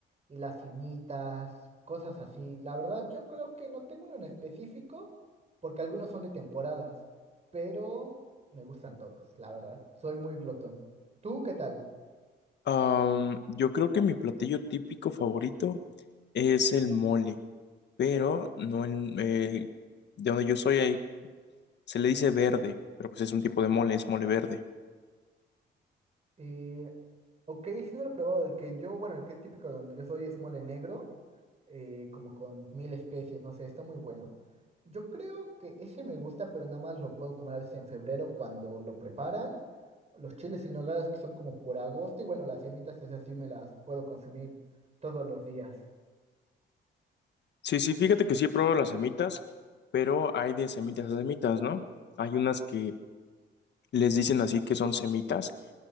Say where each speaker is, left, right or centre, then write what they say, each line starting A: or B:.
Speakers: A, on the right (about 35°); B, on the left (about 60°).
A: y las simitas, cosas así. La verdad, yo creo que no tengo uno en específico, porque algunos son de temporadas, pero me gustan todos, la verdad. Soy muy glotón. ¿Tú qué tal?
B: Am, yo creo que mi platillo típico favorito es el mole, pero no el... eh, de donde yo soy hay- se le dice verde, pero pues es un tipo de mole, es mole verde.
A: Eh, ok, sí no lo he probado. El que yo, bueno, el que es típico de donde yo soy es mole negro. eh, como con mil especies, no sé, está muy bueno. Yo creo que ese me gusta, pero nada más lo puedo comer a veces en febrero cuando lo preparan. Los chiles en nogada que son como por agosto y bueno, las semitas esas sí me las puedo consumir todos los días.
B: Sí, sí, fíjate que sí he probado las semitas, pero hay de semitas a semitas, ¿no? Hay unas que les dicen así que son semitas